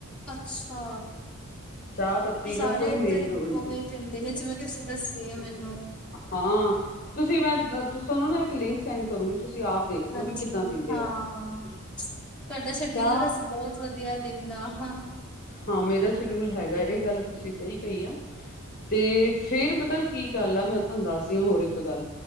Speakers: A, in the centre; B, on the left (about 40°).
A: ਅੱਛਾ
B: ਚਾਹ ਪੱਤੀ ਦਾ
A: ਸਾਰੇ
B: ਕੋਈ
A: ਉੱਧਰ
B: ਮੇਲ ਜੋਲ ਨੀ
A: ਉਵੇਂ ਪੈਂਦੇ ਨੇ ਜਿਵੇਂ ਤੁਸੀਂ ਦੱਸੇ ਮੈਨੂੰ
B: ਹਾਂ ਤੁਸੀਂ ਮੈਂ ਤਾਨੂੰ ਨਾ ਇੱਕ ਲਿੰਕ ਸੈਂਡ ਕਰੋ ਤੁਸੀਂ ਆਪ ਦੇਖ ਲਓ
A: ਹਾਂਜੀ
B: ਵੀ ਕਿੱਦਾਂ ਪੀਂਦੇ
A: ਹਾਂ
B: ਆ
A: ਤੁਹਾਡਾ ਸ਼ਡਿਊਲ
B: ਚਾਹ
A: ਵੈਸੇ ਬਹੁਤ ਵਧੀਆ ਦਿਨ ਦਾ ਹਾਂ
B: ਹਾਂ ਮੇਰਾ ਸ਼ਡਿਊਲ ਹੈਗਾ, ਇਹ ਗੱਲ ਤੁਸੀਂ ਸਹੀ ਪਈ ਆ ਤੇ ਫੇਰ ਪਤਾ ਕਿ ਗਲ ਆ ਹੁੰਦਾ- ਏ ਹੋਰ ਇੱਕ ਗੱਲ,